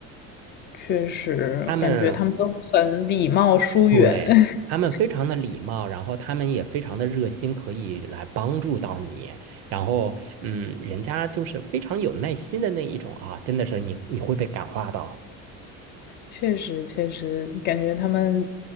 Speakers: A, on the left; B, on the right.
A: 确实感觉他们都很礼貌疏远，
B: 他们对，
A: <laughs>
B: 他们非常的礼貌，然后他们也非常的热心，可以来帮助到你。然后，嗯，人家就是非常有耐心的那一种啊，真的是你你会被感化到，
A: 确实确实感觉他们，